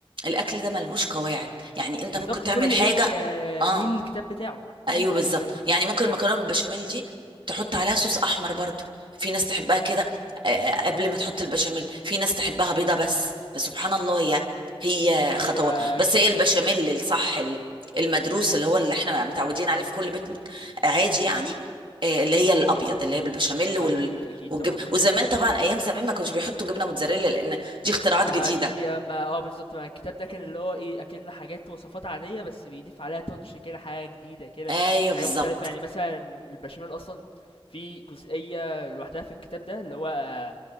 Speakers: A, on the right; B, on the left.
A: الاكل ده ملهوش قواعد يعني انت
B: بالضبط
A: ممكن تعمل
B: كل
A: حاجه
B: بيت آه،
A: اه
B: ليه الكتاب بتاعه.
A: ايوه
B: أيوه،
A: بالظبط
B: أيوه، أيوه.
A: يعني ممكن المكرونه بالبشاميل دي تحط عليها صوص احمر برضو في ناس تحبها كده
B: إمم.
A: آه، قبل ما تحط البشاميل في ناس تحبها بيضه بس فسبحان الله هي هي
B: أيوه
A: خطوات بس هي البشاميل الصح ال- المدروس اللي هو اللي احنا متعودين عليه في كل بيت عادي يعني آه، اللي هي الابيض اللي هي بالبشاميل وال...
B: أكيد أكيد
A: والجب...
B: طبعًا آه.
A: وزمان طبعا ايام زمان ما كانوش بيحطوا جبنه موتزاريلا لان دي اختراعات
B: ما
A: جديده
B: دي ما آه بالضبط، ما الكتاب ده كان اللي هو إيه، أكِن حاجات وصفات عادية بس بيضيف عليها touch كده، حاجة جديدة كده،
A: ايوه
B: حاجة
A: بالظبط
B: مختلفة. يعني مثلًا البشاميل أصلًا في جزئية لوحدها في الكتاب ده اللي هو آه،